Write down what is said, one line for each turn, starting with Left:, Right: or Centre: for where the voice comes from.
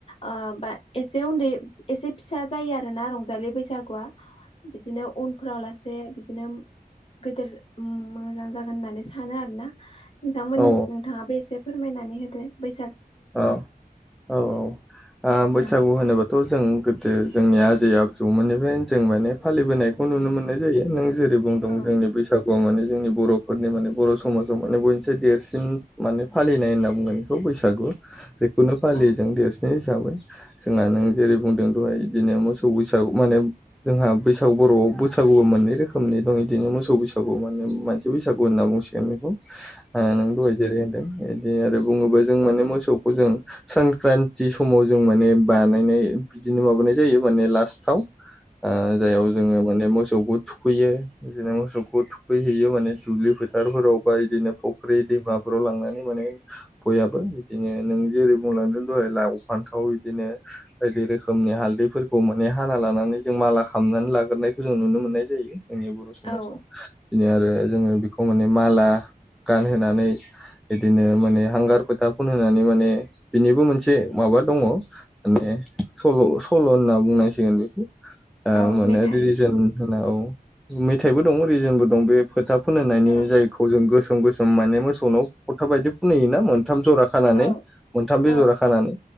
Left: ओ बा एसे उन्दै एसे फिसा जायो आरो ना रंजालि बैसागुआ बिदिनो उनफ्राव लासे बिदिनो गेदेर मोजां जागोन होननानै सानो आरो ना नोंथांमोन
Centre: औ
Left: नोंथाङाबो एसे फोरमायनानै होदो बै
Centre: औ औ ओ बैसागु
Left: औ
Centre: होनोबाथ जों गोदो जोंनिया जि आजौमोननिफ्रायनो जों माने फालिबोनायखौ नुनो मोननाय जायो नों जेरै बुंदों
Left: औ
Centre: जोंनि बैसागु <unintelligible> माने जोंनि बरफोरनि माने बर समाजाव माने बयनिफ्राय देरसिन माने फालिनाय होनना बुंगोन बैसागु बेखौनो फालियो
Left: औ
Centre: जों देरस हिसाबै जोंहा नों जेरै बुंदों दहाय बिदिनो मोसौ बैसागु माने जोंहा बैसागु बरआव बैसागुआ मोननै रोखोमनि दं इदिनो मोसौ बैसागु माने मानसि बैसागु होनना बुंसिगोन बेखौ ओ नों दहाय जेरै होनदों बिदि आरो बुङोब्ला जों माने मोसौ खौ जों संक्रान्ति समाव जों माने बानायनाय बिदिनो माबानाय जायो माने लास्टाव
Left: <unintelligible>
Centre: ओ जायाव जोङो माने मोस सौखौ थुखैयो बिदिनो मोसौखौ थुखैहैयो माने दुब्लि फोथारफोराव बा बिदिनो फख्रि दैमाफोराव लांनानै माने बयाबो बिदि नों जेरै बुंलांदों दाहय लाव फान्थाव बिदिनो बायदि रोखोमनि हालदैफोरखौ माने हाना लानानै जों माला खालामनानै लाग्रोनायखौ जों नुनो मोननाय जायो जोंनि बर समाजाव
Left: औ
Centre: बिनो आरो जोङो बेखौ माने माला गानहोनानै बिदिनो माने हांगार फोथा फुन होननानै माने बिनिबो मोनसे माबा दङ माने सल सल होनना बुङो नांसिगोन बेखौ
Left: औ
Centre: माने
Left: मेथाइ
Centre: रिलिजन होना औ मेथाइबो दं रिजोनबो दं बे फोथा फुनहैनायनि
Left: औ
Centre: जायखौ जों गोसो गोसोम माने मोसौनाव फोथा बायदि फुनहोयोना मोनथाम जरा खानानै
Left: औ
Centre: मोनथाम बेजरा
Left: औ
Centre: खानानै